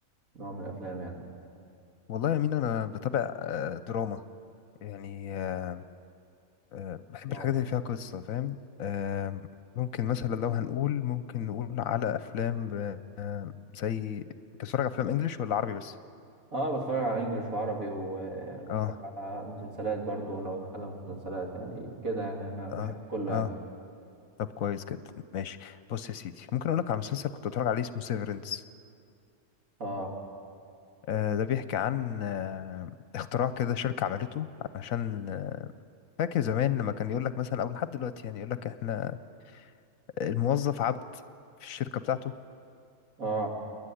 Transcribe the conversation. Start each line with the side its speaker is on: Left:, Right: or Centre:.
Right: نوع من الافلام يعني
Left: والله يا أمينة أنا بتابع آه، دراما يعني آه، آه، بحب
Right: اه
Left: الحاجات اللي فيها قصة فاهم آه، ممكن مثلا لو هنقول ممكن نقول على أفلام آه، زي أنت بتتفرج على أفلام إنجليش ولا عربي بس؟
Right: اه بتفرج على انجليش وعربي ويعني بتفرج
Left: اه
Right: على مسلسلات برضو لو اتكلم في مسلسلات يعني كده يعني انا بحب
Left: اه
Right: كله
Left: اه
Right: يعني
Left: طب كويس جدا ماشي بص يا سيدي ممكن أقول لك على مسلسل كنت بتفرج عليه اسمه سيفرنس
Right: اه
Left: آه، ده بيحكي عن آه، اختراع كده شركة عملته عشان آه، فاكر زمان لما كان يقول لك مثلا او لحد دلوقتي يعني يقول لك احنا الموظف عبد في الشركة بتاعته
Right: اه